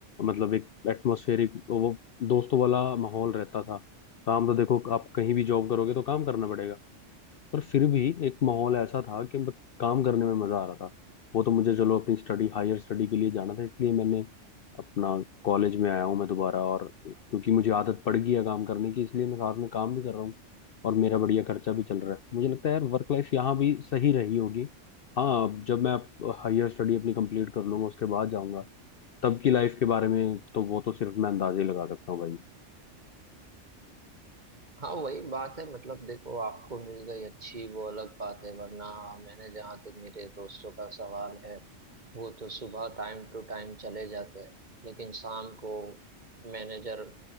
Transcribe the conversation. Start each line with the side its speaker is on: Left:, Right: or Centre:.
Left: मतलब एक एटमोस्फेरिक वो दोस्तों वाला माहौल रहता था काम तो देखो आप कहीं भी जॉब करोगे तो काम करना पड़ेगा पर फिर भी एक माहौल ऐसा था कि मत- काम करने में मजा आ रहा था वो तो मुझे चलो अपनी स्टडी हायर स्टडी के लिए जाना था इसलिए मैंने अपना कॉलेज में आया हूँ मैं दोबारा और क्योंकि मुझे आदत पड़ गई है काम करने की इसलिए मैं साथ में काम भी कर रहा हूँ और मेरा बढ़िया खर्चा भी चल रहा है मुझे लगता है यार वर्क लाइफ यहाँ भी सही रही होगी हाँ अब जब मैं हायर स्टडी अपनी कंप्लीट कर लूंगा उसके बाद जाऊंगा तब की लाइफ के बारे में तो वो तो सिर्फ मैं अंदाजे लगा सकता हूँ भाई
Right: हाँ वही बात है मतलब देखो आपको मिल गई अच्छी वो अलग बात है वरना मैंने जहाँ तक मेरे दोस्तों का सवाल है वो तो सुबह टाइम टू टाइम चले जाते हैं लेकिन शाम को मैनेजर